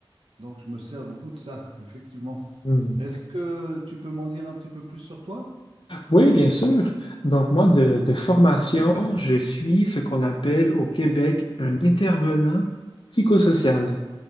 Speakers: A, on the right; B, on the left.
A: Donc je me sers beaucoup de ça, effectivement.
B: Mm.
A: Est-ce que tu peux m'en dire un petit peu plus sur toi?
B: Oui, bien sûr. Donc, moi, de, de formation, je suis ce qu'on appelle au Québec un intervenant psychosocial.